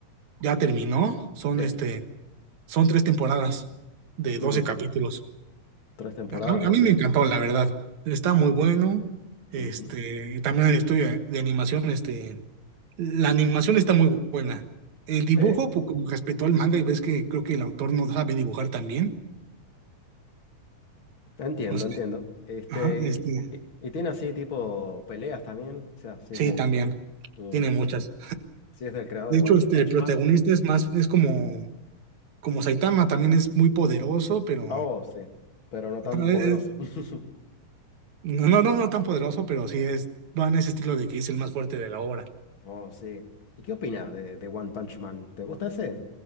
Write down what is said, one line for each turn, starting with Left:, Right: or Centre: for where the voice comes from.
Right: ya terminó, son
Left: sí.
Right: este, son tres temporadas de
Left: Ujú.
Right: 12 capítulos.
Left: Tres temporadas
Right: A,
Left: de
Right: a
Left: 12.
Right: mí me
Left: cap-
Right: encantó,
Left: Sí.
Right: la verdad. Está muy bueno. Este,
Left: Ujú.
Right: también el estudio de animación, este, la animación está muy buena. El
Left: Sí,
Right: dibujo, pues como respetó el manga y ves que creo que el autor no sabe dibujar también.
Left: entiendo,
Right: O sea,
Left: entiendo. Este,
Right: ajá, este,
Left: y, y tiene así tipo peleas también. O sea, si
Right: sí,
Left: es de,
Right: también.
Left: mm,
Right: Tiene muchas.
Left: si es del creador
Right: De
Left: de One
Right: hecho, este,
Left: Punch
Right: el protagonista
Left: Man.
Right: es más, es como, como Saitama, también es muy poderoso, pero
Left: Oh, sí, pero no tan
Right: ajá,
Left: poderoso.
Right: eh, eh,
Left: <laughs>
Right: no, no, no, no tan poderoso, pero sí es, va en ese estilo de que es el más fuerte de la obra.
Left: Oh, sí. ¿Y qué opinas de, de One Punch Man? ¿Te gusta ese?